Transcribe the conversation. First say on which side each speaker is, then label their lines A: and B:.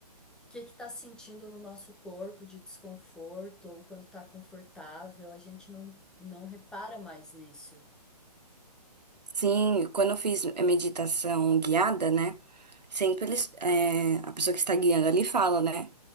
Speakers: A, in the centre; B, on the right (about 80°).
A: que que tá sentindo no nosso corpo de desconforto ou quando tá confortável, a gente não, não repara mais nisso.
B: Sim, quando eu fiz a meditação guiada, né? Sempre eles, é, a pessoa que está guiando ali fala, né?